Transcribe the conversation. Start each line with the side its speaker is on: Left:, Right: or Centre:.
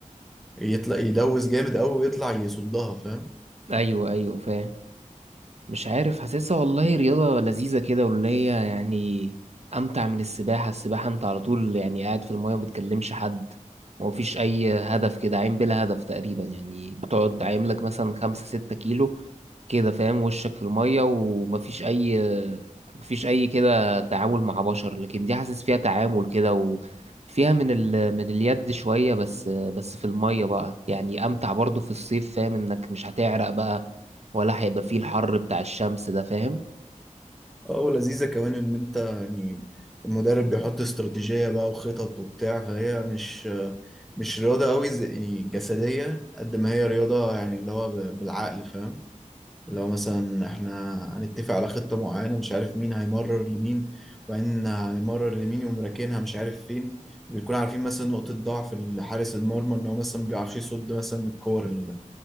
Centre: ويطلع يدوس جامد قوي ويطلع يصدها فاهم
Right: أيوة أيوة فاهم مش عارف حاسسها والله رياضة لذيذة كده واللي هي يعني أمتع من السباحة السباحة أنت على طول يعني قاعد في المية ومبتكلمش حد ومفيش أي هدف كده عايم بلا هدف تقريبا يعني بتقعد عايم لك مثلا خمسة ستة كيلو كده فاهم وشك في المية ومفيش أي مفيش أي كده تعامل مع بشر لكن دي حاسس فيها تعامل كده وفيها من ال... من اليد شوية بس بس في المية بقى يعني أمتع برضو في الصيف فاهم إنك مش هتعرق بقى ولا هيبقى فيه الحر بتاع الشمس ده فاهم
Centre: اه ولذيذة كمان ان انت يعني المدرب بيحط استراتيجية بقى وخطط وبتاع فهي مش مش رياضة قوي زي- يعني جسدية قد ما هي رياضة يعني اللي هو ب- بالعقل فاهم اللي هو مثلا احنا هنتفق على خطة معينة مش عارف مين هيمرر لمين وبعدين هيمرر لمين يقوم راكنها مش عارف فين وبيكون عارفين مثلا نقطة ضعف حارس المرمى ان هو مثلا ما بيعرفش يصد مثلا من الكور اللي